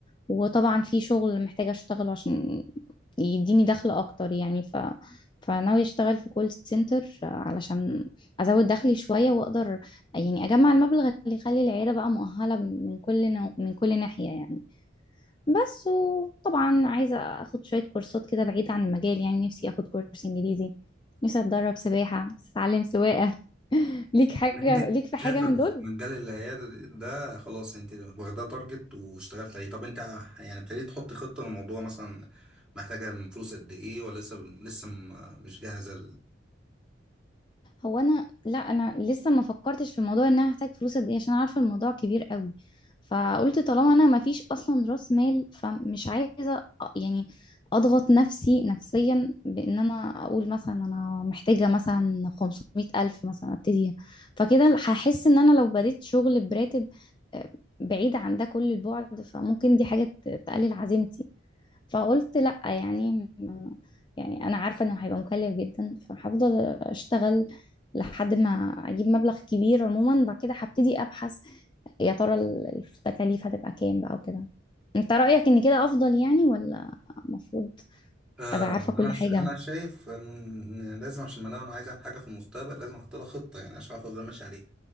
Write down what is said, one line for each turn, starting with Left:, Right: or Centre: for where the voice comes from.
Left: وطبعا في شغل محتاجة أشتغله عشان يديني دخل أكتر يعني ف فناوي أشتغل في كول سنتر علشان أزود دخلي شوية وأقدر يعني أجمع المبلغ اللي يخلي العيادة بقى مؤهلة من كل نوع من كل ناحية يعني بس وطبعا عايزة اخد شوية كورسات كده بعيدة عن المجال يعني نفسي اخد كورس انجليزي نفسي اتدرب سباحة نفسي اتعلم سواقة <laughs> ليك حاجة
Centre: يعني انت
Left: ليك في حاجة
Centre: شايفة
Left: من دول
Centre: مجال العيادة ده خلاص انت واخداه تارجت واشتغلت عليه طب انت يعني ابتديت تحط خطة للموضوع مثلا محتاجة من فلوس قد ايه ولا لسه لسه م- مش جاهزة
Left: هو انا لا انا لسه ما فكرتش في موضوع ان انا هحتاج فلوس قد ايه عشان عارفه الموضوع كبير قوي فقلت طالما انا ما فيش اصلا راس مال فمش عايزه أ- يعني اضغط نفسي نفسيا بان انا اقول مثلا انا محتاجه مثلا 500 الف مثلا ابتديها فكده هحس ان انا لو بديت شغل براتب آه، بعيد عن ده كل البعد فممكن دي حاجه ت- تقلل عزيمتي فقلت لأ يعني م- يعني أنا عارفة إنه هيبقى مكلف جدا فهفضل أشتغل لحد ما أجيب مبلغ كبير عموما بعد كده هبتدي أبحث يا ترى ال- التكاليف هتبقى كام بقى وكده أنت رأيك إن كده أفضل يعني ولا المفروض
Centre: آه،
Left: أبقى عارفة
Centre: انا
Left: كل حاجة؟
Centre: ش... انا شايف من... إن لازم عشان ما انا عايز اعمل حاجه في المستقبل لازم احط لها خطه يعني عشان اعرف افضل ماشي عليها